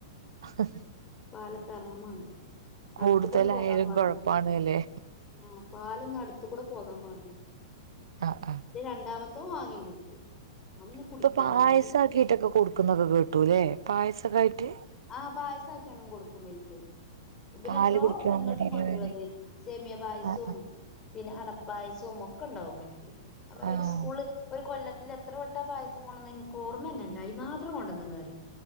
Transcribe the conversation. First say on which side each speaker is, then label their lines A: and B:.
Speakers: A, on the right; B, on the left.
A: <unintelligible>
B: പാലൊക്കെ ഹറാമാണ് അടുത്
A: കൂടുതലായാലും
B: കൂടെ പോകാൻ പാടില്ല
A: കൊഴപ്പാണ്
B: പോ
A: ല്ലേ
B: ആഹ് പാലൊന്ന് അടുതു കൂടെ പോകാൻ പാടില്ല
A: ആഹ് ആഹ്
B: ന്റെ രണ്ടാമത്തഹ് വാങ്ങി കുടിക്കും ഓൻ പിന്നെ കുടിക്കലാണ്
A: ഇപ്പൊ പായസ ആക്കിട്ടൊക്കെ കൊടുക്കുന്നൊക്കെ കേട്ടൂല്ലെ പായസൊക്കയിട്ട്
B: ആഹ് പായസ ഒക്കെണ് കൊടുക്കും വൽക്ക് വല്
A: പാല്
B: എത്രോ
A: കുടിക്കാൻ
B: വട്ടം ഇങ്ങട്ടും
A: മടിയുള്ളവര്
B: കൊണ്ട്രുത് സേമിയ പായസും
A: ആഹ് ആഹ്
B: പിന്നെ അടപ്പായസവും ഒക്കെ ണ്ടാവും വൽക്ക് ഞാ പറ്യ
A: ആഹ്
B: ഒരു സ്കൂള് ഒരു കൊല്ല ത്തിൽ എത്ര വെട്ടാ പായസം കൊണ്ടുന്ന് എനിക്ക് ഓർമ്മന്നല്ല അയി മാത്രം കൊണ്ടോന്ന്ണ് അറിം